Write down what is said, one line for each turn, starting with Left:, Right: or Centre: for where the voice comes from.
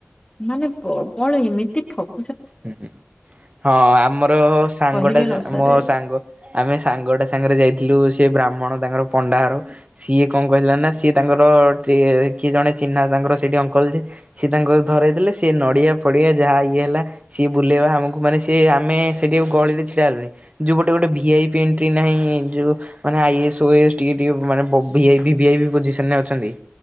Left: ମାନେ ପ୍ର ବଳ ଏମିତି ଠକ୍
Right: ହୁଁ -ହୁଁ- ହଁ ଆମର ସାଙ୍ଗ
Left: କହିଲେ
Right: ଟା ଯା-ମ
Left: ନ ସରେ
Right: ସାଙ୍ଗ ଆମେ ସାଙ୍ଗଟା ସାଙ୍ଗେରେ ଯାଇଥିଲୁ ସେ ବ୍ରାହ୍ମଣ ତାଙ୍କର ପଣ୍ଡାଘର ସିଏ କଣ କହିଲା ନା ସିଏ ତାଙ୍କର ଟିକେ କିଏ ଜଣେ ଚିହ୍ନା ତାଙ୍କର ସେଠି ଅଙ୍କଲ୍ ଯେ ସିଏ ତାଙ୍କ ଧରେଇ ଦେଲେ ସିଏ ନଡ଼ିଆ ଫଡିଆ ଯାହା ଇଏ ହେଲା ସିଏ ବୁଲେଇବା ଆମକୁ ମାନେ ସିଏ ଆମେ ସେଠି ଆଉ ଗହଳିରେ ଛିଡ଼ା ହେଲୁନି ଯଉ ଗୋଟେ ଗୋଟେ ଭିଆଇପି ଏଣ୍ଟ୍ରି ନାହିଁ ଯଉ ମାନେ ଆଇ ଏ ଏସ୍, ଓଏଏସ୍, ଟିଏ <unintelligible> ମାନେ ବ-ଭିଆଇ- ଭିଆଇପି ପୋଜିସନ୍ ରେ ଅଛନ୍ତି।